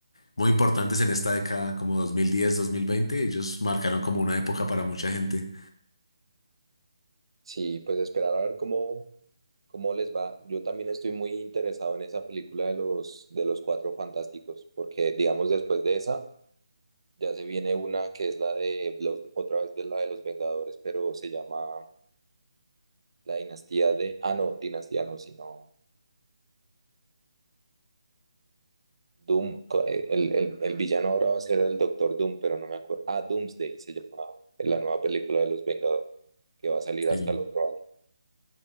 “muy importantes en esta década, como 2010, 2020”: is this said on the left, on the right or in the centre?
Left